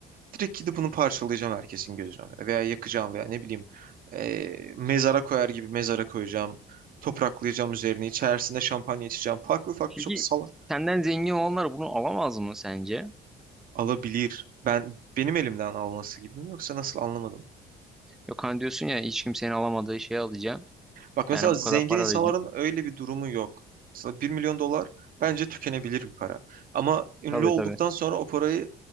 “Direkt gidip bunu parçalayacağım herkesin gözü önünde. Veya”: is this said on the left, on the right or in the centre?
Right